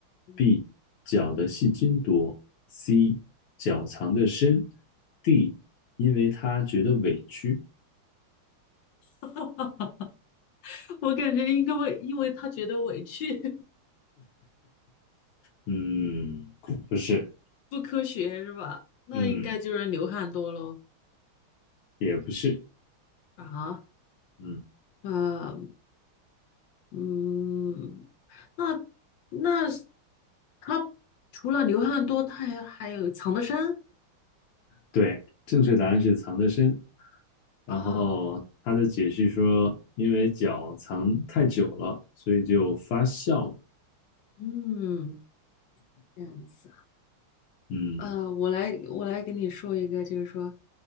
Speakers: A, on the left (about 70°); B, on the left (about 80°).
A: 嗯，
B: ，B 脚的细菌多，C 脚藏得深，D 因为他觉得委屈。
A: <laughs> 我感觉应该会，因为他觉得委屈，
B: 嗯，不是，
A: <laughs> 不哭，那应该就是流汗多咯。
B: 嗯。也不是，
A: 啊，
B: 嗯，
A: 呃，嗯，那那他除了流汗多，他还还有藏得深
B: 对，正确答案是藏得深。然后他的解释说，
A: 啊，
B: 因为脚藏太久了，所以就发酵了。
A: 嗯，这样子。
B: 嗯
A: 呃，我来我来跟你说一个，就是说，